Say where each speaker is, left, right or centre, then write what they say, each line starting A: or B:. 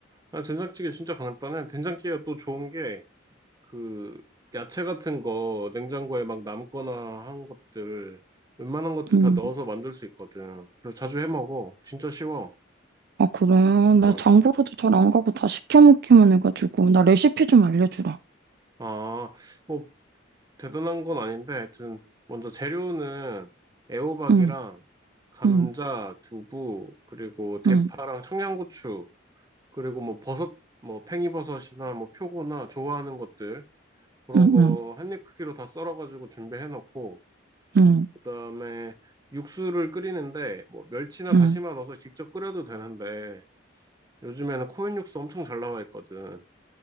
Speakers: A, on the right (about 20°); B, on the right (about 55°).
A: 아, 된장찌개 진짜 간단해. 된장찌개가 또 좋은 게, 그, 야채 같은 거 냉장고에 막 남거나 한 것들, 웬만한 것들
B: 음.
A: 다 넣어서 만들 수 있거든. 그래서 자주 해 먹어. 진짜 쉬워.
B: 아, 그래. 나
A: 응.
B: 장보러도 잘 안 가고 다 시켜 먹기만 해가지고, 나 레시피 좀 알려주라.
A: 아, 뭐, 대단한 건 아닌데, 하여튼, 먼저 재료는 애호박이랑
B: 응,
A: 감자,
B: 응,
A: 두부, 그리고 대파랑
B: 응,
A: 청양고추, 그리고 뭐 버섯, 뭐 팽이버섯이나 뭐 표고나 좋아하는 것들 그런
B: 응,
A: 거
B: 응,
A: 한입 크기로 다 썰어가지고 준비해 놓고
B: 응,
A: 그다음에 육수를 끓이는데 뭐 멸치나
B: 응.
A: 다시마 넣어서 직접 끓여도 되는데 요즘에는 코인 육수 엄청 잘 나와 있거든.